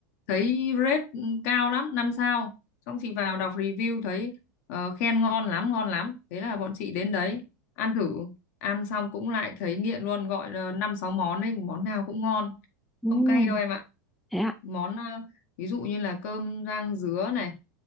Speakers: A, on the left (about 60°); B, in the centre.
A: thấy rate ừ, cao lắm năm sao xong chị vào đọc review thấy ờ, khen ngon lắm ngon lắm thế là bọn chị đến đấy ăn thử ăn xong cũng lại thấy nghiện luôn gọi là năm sáu món ấy món nào cũng ngon
B: Ừm,
A: không cay đâu em ạ
B: thế ạ.
A: món ờ, ví dụ như là cơm rang dứa này